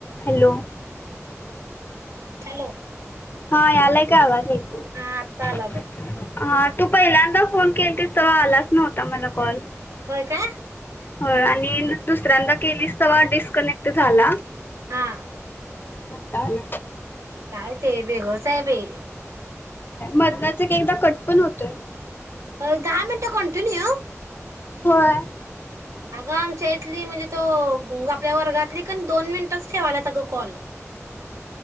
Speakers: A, on the left; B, on the right.
A: Hello.
B: Hello.
A: हा यालाय का आवाज ऐकू?
B: हा आत्ता
A: हा.
B: आला बघ
A: तू पहिल्यांदा फोन केलंतीस तेव्हा आलाच नव्हता मला कॉल.
B: होय का?
A: होय आणि दुसऱ्यांदा केलीस तवा डिस्कनेक्ट झाला.
B: हा.
A: ताल
B: काय ते वेगळंच आहे बाई.
A: मदनंच एक एकदा कट पण होतोय.
B: अ दहा मिनटं कंटिन्यू.
A: होय.
B: अगं आमच्या इथली म्हणजे तो आपल्या वर्गातली दोन मिनिटंच ठेवाल्यात अगं कॉल.